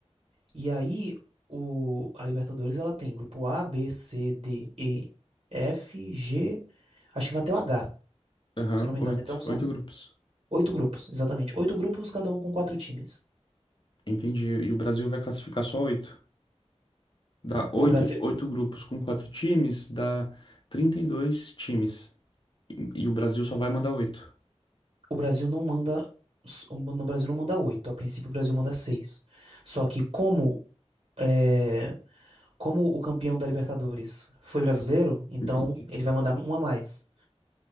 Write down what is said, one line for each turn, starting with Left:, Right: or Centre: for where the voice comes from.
Right: E aí, o, a Libertadores, ela tem grupo A, B, C, D, E, F, G, acho que vai até o H,
Left: Aham,
Right: se eu não me
Left: oito.
Right: engano. Então são
Left: Oito grupos.
Right: oito grupos, exatamente. Oito grupos, cada um com quatro times.
Left: Entendi. E o Brasil vai classificar só oito. Dá oito,
Right: O Brasil,
Left: oito grupos com quatro times, dá 32 times. E, e o Brasil só vai mandar oito.
Right: o Brasil não manda, o no Brasil não manda oito, a princípio o Brasil manda seis. Só que como, é, como o campeão da Libertadores foi brasileiro, então
Left: Entendi.
Right: ele vai mandar uma a mais,